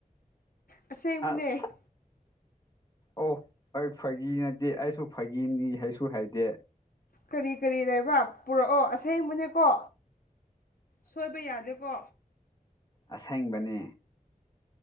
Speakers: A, on the left; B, on the left.
A: ꯑꯁꯦꯡꯕꯅꯦ
B: ꯑꯁ ꯑꯣ ꯑꯩ ꯐꯥꯒꯤ ꯅꯠꯇꯦ ꯑꯩꯁꯨ ꯐꯥꯒꯤꯅꯤ ꯍꯥꯏꯁꯨ ꯍꯥꯏꯗꯦ
A: ꯀꯔꯤ ꯀꯔꯤ ꯂꯩꯕ꯭ꯔꯥ ꯄꯨꯔꯛꯑꯣ ꯑꯁꯦꯡꯕꯅꯦꯀꯣ ꯁꯣꯏꯕ ꯌꯥꯗꯦꯀꯣ
B: ꯑꯁꯦꯡꯕꯅꯦ